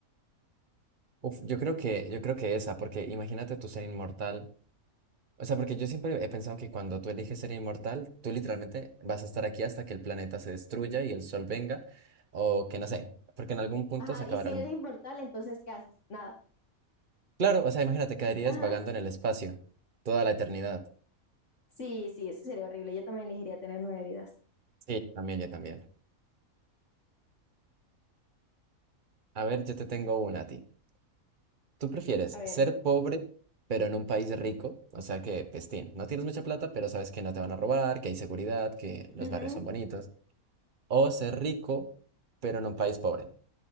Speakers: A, on the right (about 35°); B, on the left (about 55°).
A: Uf, yo creo que, yo creo que esa, porque imagínate tú ser inmortal. O sea, porque yo siempre he pensado que cuando tú eliges ser inmortal, tú literalmente vas a estar aquí hasta que el planeta se destruya y el sol venga, o que no sé, porque en algún punto
B: Ajá,
A: se acabará
B: y si
A: el...
B: eres
A: mu-
B: inmortal, entonces ¿qué haces? Nada.
A: Claro, o sea, imagínate, quedarías
B: Ajá.
A: vagando en el espacio toda la eternidad.
B: Sí, sí, eso sería horrible. Yo también elegiría tener nueve vidas.
A: Sí, yo también, yo también. A ver, yo te tengo una a ti. ¿Tú prefieres
B: A ver.
A: ser pobre, pero en un país rico? O sea que, pestín, no tienes mucha plata, pero sabes que no te van a robar, que hay seguridad, que los
B: ujú.
A: barrios son bonitos. O ser rico, pero en un país pobre,